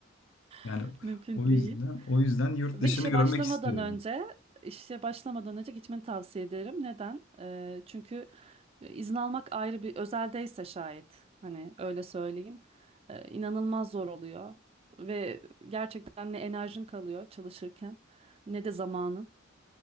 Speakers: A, on the left; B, on the right.
A: yani
B: <laughs> Mümkün
A: o
B: değil.
A: yüzden o yüzden yurt
B: Ve
A: dışını
B: işe
A: görmek
B: başlamadan
A: istiyorum.
B: önce işe başlamadan önce gitmeni tavsiye ederim. Neden? Ee, çünkü izin almak ayrı bir özeldeyse şayet hani öyle söyleyeyim. Ee, inanılmaz zor oluyor ve gerçekten ne enerjin kalıyor çalışırken ne de zamanın.